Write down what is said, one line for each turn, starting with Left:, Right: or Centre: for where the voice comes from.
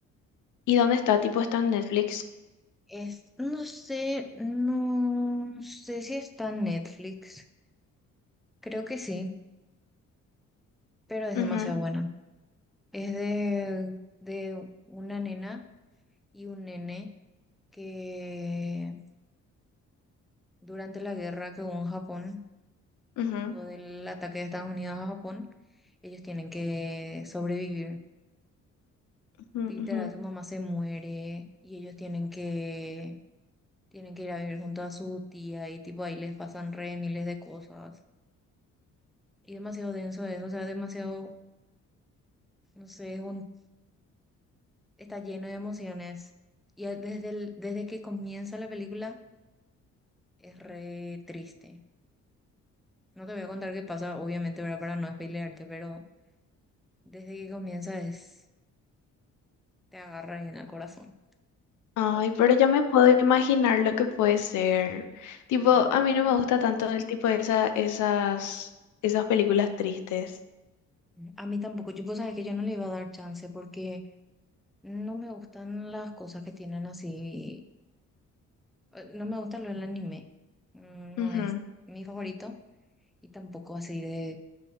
Left: ¿Y dónde está?
Centre: Sí.
Left: Tipo, está en Netflix.
Centre: Es, no sé, no sé si está en Netflix. Creo que sí, pero es
Left: Ujú,
Centre: demasiado buena. Es de, de una nena y un nene que durante la guerra que hubo en Japón,
Left: ujú,
Centre: tipo del ataque de Estados Unidos a Japón, ellos tienen que sobrevivir.
Left: ujú,
Centre: Literal,
Left: ujú.
Centre: su mamá se muere y ellos tienen que, tienen que ir a vivir junto a su tía y tipo ahí les pasan re miles de cosas. Y demasiado denso eso, o sea, demasiado, no sé, es un, está lleno de emociones. Y a- desde el, desde que comienza la película es re triste. No te voy a contar qué pasa, obviamente, ¿verdad? Para no spoilearte, pero Desde que comienza es, te agarra ahí en el corazón.
Left: Ay,
Centre: Pero tenés
Left: pero
Centre: que
Left: ya
Centre: ver.
Left: me puedo imaginar lo que puede ser. Tipo,
Centre: Sí.
Left: a mí
Centre: Pero
Left: no me gusta tanto el tipo de esa, esas, esas películas tristes.
Centre: a mí tampoco, yo pues sabes que yo no le iba a dar chance porque no me gustan las cosas que tienen así, eh, no me gusta lo del anime, Mm,
Left: Ujú,
Centre: no es mi favorito y tampoco así de